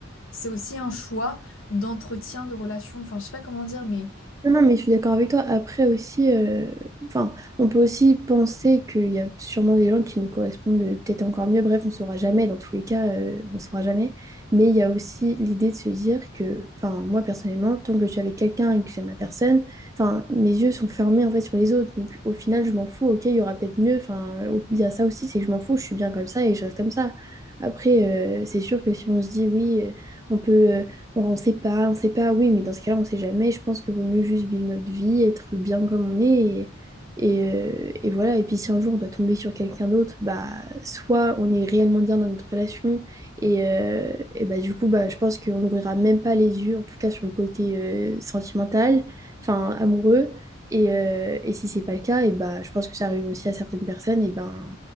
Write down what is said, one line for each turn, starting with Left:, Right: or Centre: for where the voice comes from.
Left: c'est aussi un choix d'entretien de relation, enfin, je sais pas comment dire, mais
Right: Non, non, mais je suis d'accord avec toi. Après aussi, euh, enfin, on peut aussi penser qu'il y a sûrement des gens qui nous correspondent euh, peut-être encore mieux. Bref, on saura jamais. Dans tous les cas, euh, on saura jamais. Mais il y a aussi l'idée de se dire que, enfin, moi personnellement, tant que je suis avec quelqu'un et que j'aime la personne, enfin, mes yeux sont fermés en fait sur les autres. Donc au final, je m'en fous. Ok, il y aura peut-être mieux. Enfin, au- il y a ça aussi, c'est que je m'en fous. Je suis bien comme ça et je reste comme ça. Après, euh, c'est sûr que si on se dit oui, euh, on peut. euh, Bon, on sait pas, on sait pas, oui, mais dans ce cas-là, on sait jamais. Je pense qu'il vaut mieux juste vivre notre vie, être bien comme on est. Et, et, euh, et voilà. Et puis si un jour on doit tomber sur quelqu'un d'autre, bah soit on est réellement bien dans notre relation. Et, euh, et bah du coup, bah, je pense qu'on n'ouvrira même pas les yeux, en tout cas sur le côté euh, sentimental, enfin amoureux. Et, euh, et si c'est pas le cas, et bah je pense que ça arrive aussi à certaines personnes, et ben,